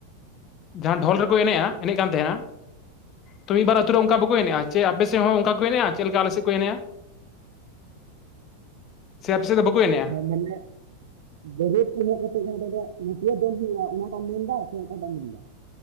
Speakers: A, on the left (about 35°); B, on the right (about 60°).
A: ᱡᱟᱦᱟᱸ ᱰᱷᱚᱞ ᱨᱮ ᱾ ᱮᱱᱮᱭᱼᱟ ᱮᱱᱮᱡ ᱠᱟᱱ ᱛᱟᱦᱮᱸᱼᱟ ᱛᱚ ᱢᱤᱫ ᱵᱟᱨ ᱟᱹᱛᱩ ᱨᱮ ᱚᱱᱠᱟ ᱵᱟᱠᱚ ᱮᱱᱮᱼᱟ ᱪᱮᱫ ᱟᱯᱮ ᱥᱮ ᱦᱚᱸᱚᱱᱠᱟ ᱠᱚ ᱮᱱᱮᱡᱼᱟ ᱪᱮ ᱞᱮᱠᱟ ᱟᱞᱮ ᱥᱮᱱ ᱠᱚ ᱮᱱᱮᱡᱼᱟ ᱾ ᱥᱮ ᱟᱯᱮ ᱥᱮᱫ ᱫᱚ ᱵᱟᱠᱚ ᱮᱱᱮᱟᱜ?
B: ᱮᱱᱮ ᱵᱟᱹᱨᱭᱟᱹᱛ ᱠᱚ ᱮᱱᱮᱡ ᱠᱟᱛᱮᱜ ᱡᱟᱦᱟᱸ ᱫᱚ ᱱᱟᱹᱴᱭᱤᱭᱟᱹ ᱫᱚᱱ ᱦᱩᱭᱩᱜᱼᱟ ᱚᱱᱟᱴᱟᱜ ᱮᱢ ᱢᱮᱱ ᱫᱟ ᱥᱮ ᱚᱠᱟᱴᱟᱜ ᱮᱢ ᱢᱮᱱ ᱫᱟ